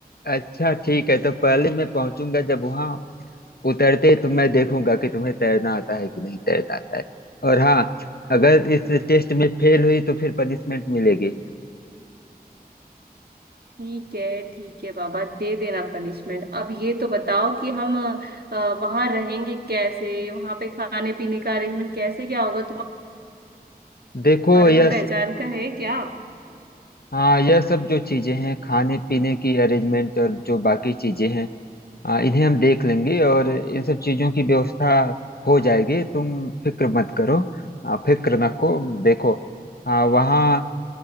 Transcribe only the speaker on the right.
ठीक है ठीक है बाबा दे देना पनिशमेंट अब ये तो बताओ कि हम वहां रहेंगे कैसे वहां पे खाने पीने का अरेंजमेंट कैसे क्या होगा
तुम्हारे
कोई पहचान का है क्या